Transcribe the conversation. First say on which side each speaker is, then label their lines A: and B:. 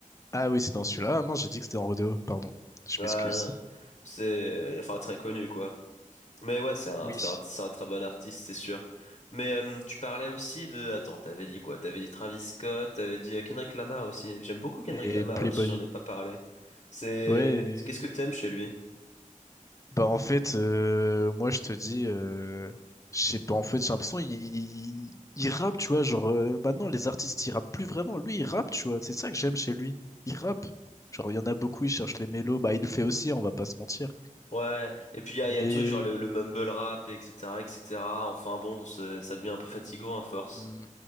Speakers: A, on the left (about 25°); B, on the left (about 45°).
A: Ah oui, c'est dans celui-là. Ah mince, j'ai dit que c'était en rodeo, pardon. Je
B: Ah,
A: m'excuse.
B: c'est, enfin, très connu, quoi. Mais ouais, c'est un,
A: Oui.
B: c'est un, c'est un très bon artiste, c'est sûr. Mais euh, tu parlais aussi de... Attends, t'avais dit quoi? T'avais dit Travis Scott, t'avais dit euh, Kendrick Lamar aussi. J'aime beaucoup Kendrick
A: Et
B: Lamar,
A: Playboy.
B: même si j'en ai pas parlé. C'est...
A: Ouais,
B: Qu'est-ce que t'aimes chez lui?
A: Bah en fait, euh, moi je te dis, euh, je sais pas, en fait j'ai l'impression il, il, il rappe, tu vois, genre euh, maintenant les artistes ils rappent plus vraiment, lui il rappe, tu vois, c'est ça que j'aime chez lui, il rappe. Genre il y en a beaucoup, il cherche les mélos, bah il le fait aussi, on va pas se mentir.
B: Ouais, et puis il y
A: Mais
B: a, il y a le truc genre le, le mumble rap, et etc., etc. Enfin bon, c'est- ça devient un peu fatigant à force.
A: hmm,